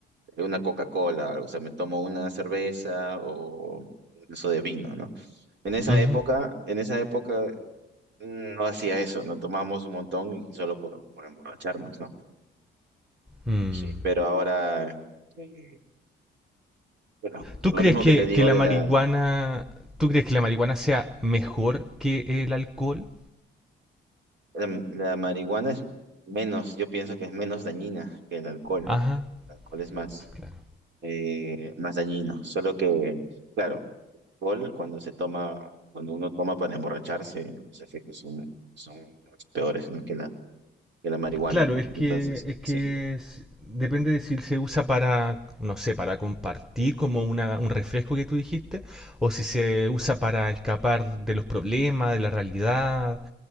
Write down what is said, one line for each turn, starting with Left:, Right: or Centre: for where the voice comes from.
Right: una Coca-Cola, o sea, me tomo una cerveza o eso de vino, ¿no? En esa
Centre: Ujú.
Right: época, en esa época mm, no hacía eso, no tomábamos un montón y solo por, por emborracharnos, ¿no?
Centre: Mm.
Right: Sí. Pero ahora, eh, bueno,
Centre: ¿Tú
Right: lo
Centre: crees
Right: mismo
Centre: que,
Right: que te digo
Centre: que la
Right: de
Centre: marihuana,
Right: la,
Centre: tú crees que la marihuana sea mejor que el alcohol?
Right: la, la marihuana es menos, yo pienso que es menos dañina que el alcohol.
Centre: Ajá.
Right: El alcohol es más,
Centre: Claro,
Right: eh, más dañino, solo que, claro, alcohol, cuando se toma, cuando uno toma para emborracharse, los efectos son, son mucho peores, ¿no? que la, que la marihuana,
Centre: Claro,
Right: ¿no?
Centre: es que,
Right: Entonces,
Centre: es que
Right: sí,
Centre: es- depende de si se usa para, no sé, para compartir como una, un refresco que tú dijiste, o si se usa para escapar de los problemas, de la realidad,